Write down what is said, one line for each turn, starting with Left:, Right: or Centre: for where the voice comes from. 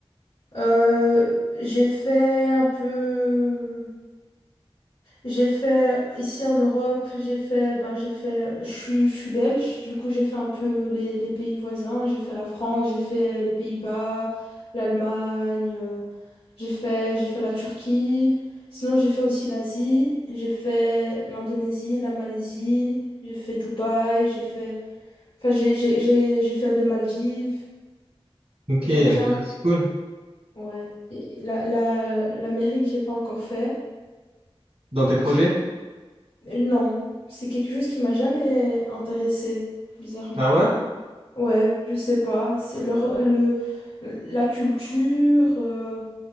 Left: Euh, j'ai fait un peu, j'ai fait ici en Europe, j'ai fait, ben j'ai fait, je suis, je suis belge, du coup j'ai fait un peu les, les pays voisins, j'ai fait la France, j'ai fait les Pays-Bas, l'Allemagne. euh, J'ai fait, j'ai fait la Turquie. Sinon, j'ai fait aussi l'Asie. J'ai fait l'Indonésie, la Malaisie. J'ai fait Dubaï. J'ai fait. Enfin, j'ai j'ai- j'ai- j'ai fait les Maldives.
Right: Ok,
Left: J'ai
Right: intéressant,
Left: j'ai un-
Right: c'est cool.
Left: Ouais. Et La, la, l'Amérique, j'ai pas encore fait.
Right: Dans tes projets?
Left: C'est- euh, Non. C'est quelque chose qui m'a jamais intéressé bizarrement.
Right: Ah ouais?
Left: Ouais, je sais pas. C'est leur, le, la culture. euh,